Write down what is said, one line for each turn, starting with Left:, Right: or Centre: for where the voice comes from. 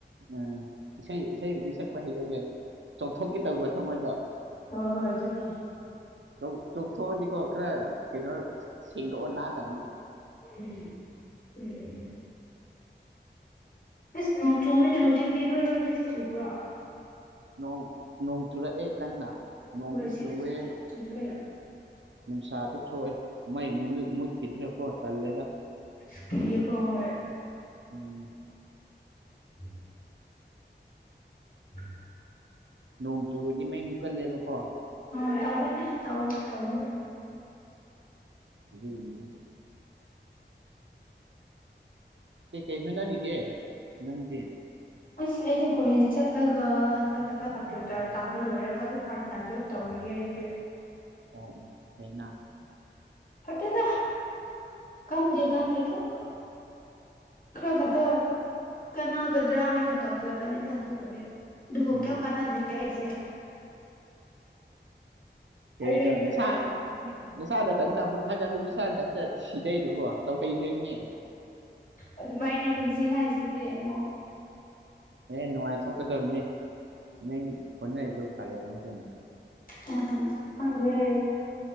Right: ꯎꯝ ꯏꯁꯩ ꯏꯁꯩꯗꯤ ꯁꯛꯄ ꯍꯩꯒꯁꯦ ꯆꯣꯡꯊꯣꯛꯀꯦ ꯇꯧꯕ ꯊꯣ ꯃꯣꯏꯗꯣ
Left: ꯍ ꯍꯣꯏ ꯑꯗꯨ ꯑꯗꯨꯅꯦ
Right: ꯇ ꯊꯣꯛꯗꯤ ꯀꯣ ꯈꯔꯩꯅꯣ ꯁꯦꯡꯗ ꯅꯝ
Left: ꯎꯝ ꯎꯝ ꯎꯝ ꯎꯝ ꯑꯁ ꯅꯣꯡ ꯆꯨꯨꯔꯅꯦ ꯍꯧꯖꯤꯛꯇꯤ ꯅꯣꯏꯔꯣꯝꯗ ꯆ ꯆꯨꯕ꯭ꯔꯣ
Right: ꯅꯣꯡ ꯅꯣꯡꯣꯡ ꯆꯨꯔꯛ ꯑꯦ ꯀꯅꯥ ꯅꯣꯡꯣꯡꯁꯨ
Left: ꯍꯣꯏ ꯁꯤꯗꯁꯨ
Right: ꯆꯨꯋꯦ
Left: ꯀꯟꯅ ꯆꯨꯋꯦ
Right: ꯅꯨꯡꯁꯥꯗ ꯊꯣꯛꯑꯦ ꯃꯩ ꯃꯨꯠꯈꯤꯗ꯭ꯔꯦꯀꯣ ꯇꯜꯂꯗ
Left: ꯏꯁ ꯀꯤꯌꯦꯀꯣ ꯍ
Right: ꯎꯝ
Left: ꯎꯝ ꯎꯝ
Right: ꯅꯣꯡ ꯆꯨꯗꯤ ꯃꯩ ꯨꯀꯜꯂꯦꯕꯀꯣ
Left: ꯑ ꯇꯧꯕ ꯇꯧꯏ ꯇꯧꯋ
Right: ꯑꯗꯨ ꯃꯒ ꯀꯩ ꯀꯩ ꯍꯥꯏꯅꯔꯤꯒꯦ ꯅꯪꯒꯤꯦ
Left: ꯑꯁ ꯑꯩꯗꯤ ꯀꯣꯂꯦꯖ ꯆꯠꯂꯒ ꯍꯟꯗꯛ ꯍꯛꯇ ꯀꯝꯄ꯭ꯌꯨꯇꯔ ꯇꯝꯕ ꯂꯣꯏꯔꯒ ꯑꯗꯨꯝ ꯇꯥꯟꯖꯕ ꯇꯧꯔꯤꯌꯦ ꯑꯩꯗꯤ
Right: ꯑꯣ ꯑꯣ ꯍꯥꯏꯅ
Left: ꯐꯇꯩꯗ ꯀꯟꯗꯦ ꯀꯟꯗꯦ ꯇ ꯎ ꯈꯔ ꯈꯛꯇ ꯀꯥꯟꯅꯒꯗ꯭ꯔꯥ ꯍꯥꯏꯅ ꯇꯧꯖꯕꯅꯤꯗ ꯑꯗꯨꯕꯨꯗꯤ ꯑꯗꯨꯕꯨ
Right: ꯎꯝ
Left: ꯀꯩꯝ ꯀꯥꯟꯅꯗꯦ ꯑꯩꯁꯦ
Right: ꯀꯩꯩꯅ
Left: ꯑꯔꯦꯝꯕꯗ
Right: <unintelligible> ꯅꯁꯥ ꯅꯊꯟꯗ ꯑꯃꯨꯛ ꯊꯥꯒꯠꯂꯤ ꯁꯥ ꯅꯊꯟꯇ ꯁꯤꯗꯩꯗꯨꯕꯣ ꯇꯧꯍꯩꯗꯣꯏꯅꯤ
Left: ꯑꯗꯨꯃꯥꯏꯅꯤ ꯄꯨꯟꯁꯤ ꯍꯥꯏꯁꯤꯗꯤ ꯑꯃꯨꯛ
Right: ꯑꯦ ꯅꯨꯡꯉꯥꯏꯊꯣꯛꯀꯗꯕꯅꯤ ꯅꯪ ꯍꯣꯠꯅꯔꯤꯗꯣ ꯐꯕꯅꯤ ꯀꯩꯅꯣ
Left: ꯎꯝ ꯈꯪꯗꯦ